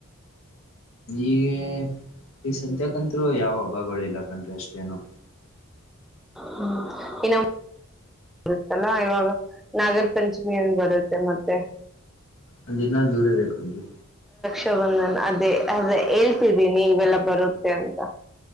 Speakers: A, on the left; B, in the centre.
A: ಈಗ ಈ ಸದ್ಯಕಂತ್ರು ಯಾವ ಹಬ್ಬಗಳು ಇಲ್ಲ ಕಂಡ್ರಿ ಅಷ್ಟೇನು
B: ಹ್ಮ್ ಇನ್ನು ಬರುತ್ತಲ್ಲಾ ಇವಾಗ ನಾಗರ ಪಂಚಮಿಯಂದ ಬರುತ್ತೆ ಮತ್ತೆ
A: ಅಂದ್ ಇ ನಂದ ದೂರ ಇೇೇಕು ಪಜ
B: ಇಷ್ಟ ಬಂದ್ ನಾನು ಅದೇ ಅದ ಹೇಳ್ತಿದ್ದೀನಿ ಇವೆಲ್ಲ ಬರುತ್ತೆ ಅಂತ